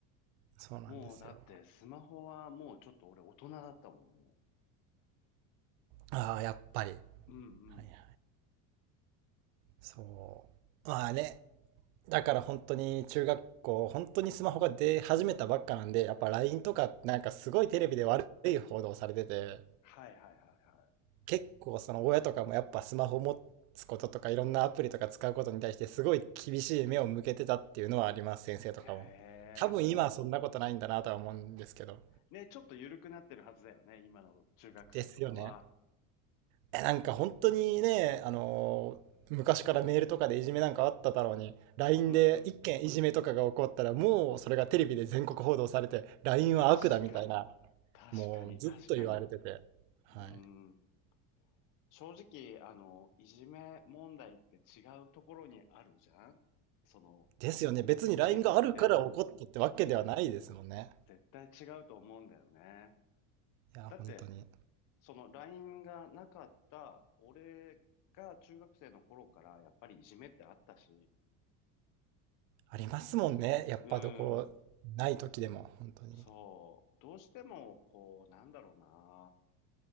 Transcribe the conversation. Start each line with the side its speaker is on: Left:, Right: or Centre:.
Right: そうなんですよ。
Left: もうだってスマホはもうちょっと俺大人だったもん、も
Right: ああ、やっぱり。
Left: う。うんうん。
Right: はいはい。そう。まあね。だから本当に中学校、本当にスマホが出始めたばっかなんで、やっぱ LINE とかなんかすごいテレビで悪い報道されてて、
Left: はいはいはいは
Right: 結構その親とかもやっぱスマホ持つこととかいろんなアプリとか使うことに対してすごい厳しい目を向けてたっていうのはあります、先生とかも。
Left: い。へえ、
Right: 多分今はそんなことないんだなとは思うんですけど。
Left: そっね、ちょっと緩くなってるはずだよね、今の中学生とかは。
Right: ですよね。え、なんか本当にね、あのー昔からメールとかでいじめなんかあっただろうに、LINE
Left: うんうん。
Right: で一件いじめとかが起こったら、もうそれがテレビで全国報道されて、LINE
Left: 確かに。
Right: は悪だみたいな、
Left: 確かに、
Right: もうずっと言われてて。
Left: 確かに。
Right: はい。
Left: うーん。正直、あの、いじめ問題って違うところにあるじゃんその
Right: ですよね。別に
Left: 原因って。
Right: LINE があるから起こったってわけではないですもんね。
Left: 絶対違うと思うんだよね。
Right: いや、
Left: だって、
Right: 本当に。
Left: その LINE がなかった、俺が中学生の頃からやっぱりいじめってあったし、
Right: ありますもんね。やっぱどこ、
Left: うん、
Right: ない時でも、本当に。
Left: そう、どうしてもこう、なんだろうな。